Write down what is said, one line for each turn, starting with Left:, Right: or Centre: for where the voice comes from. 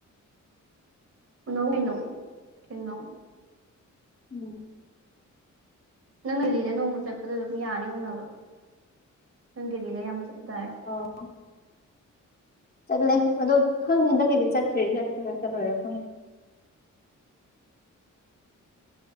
Right: ꯎꯅꯧ ꯀꯩꯅꯣ ꯊꯦꯡꯅꯧ
Left: ꯎꯝ
Right: ꯅꯪ ꯗꯜꯂꯤꯗ ꯅꯣꯡꯃ ꯆꯠꯄꯗ ꯑꯗꯨꯝ ꯌꯥꯅꯤ ꯎꯅꯕ ꯅꯪ ꯗꯦꯜꯂꯤꯗ ꯌꯥꯝ ꯆꯠꯄ ꯗꯥꯏ
Left: ꯎꯝ <unintelligible> <inaudible> ꯆꯠꯂꯦ ꯑꯗꯨ ꯈꯪꯗꯦ ꯍꯟꯇꯀꯛ ꯀꯤꯗꯤ ꯆꯠꯇꯔꯤ ꯆꯠꯀꯦꯔꯥ ꯆꯇꯂꯣꯏꯔꯥ ꯈꯪꯗꯦ